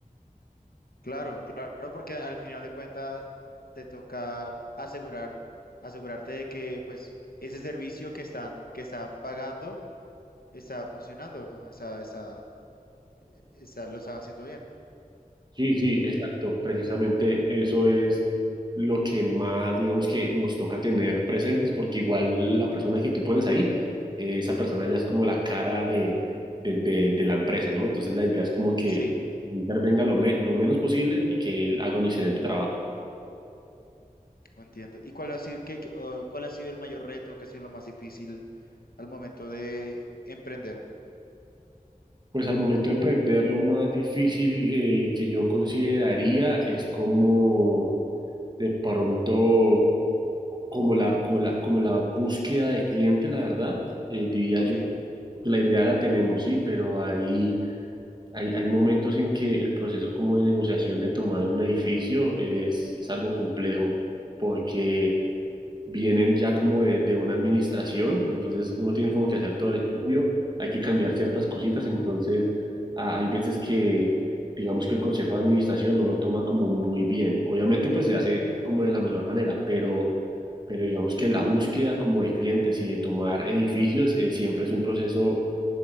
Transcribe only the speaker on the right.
Sí, sí,
exacto. Precisamente eso es lo que más, digamos que nos toca tener presentes, porque igual la persona que tú pones ahí, eh, esa persona ya es como la cara de, de, de- de la empresa, ¿no? Entonces la idea es como que
intervenga lo, me- lo menos posible y que él haga un excelente trabajo.
Pues al momento de emprender, lo más difícil eh, que yo consideraría es como de pronto, como la, como la, como la búsqueda de cliente, la verdad, eh, diría
yo La idea la tenemos, sí, pero hay, hay, hay momentos en que el proceso como de negociación de tomar un edificio es, es algo complejo porque vienen ya como de, de una administración, entonces uno tiene como que hacer todo
el estudio, hay que cambiar ciertas cositas, entonces ah, hay veces que digamos que el consejo de administración no lo toma como muy bien. Obviamente pues se hace como de la mejor manera, pero pero digamos que la búsqueda como de clientes y de tomar edificios eh, siempre es un proceso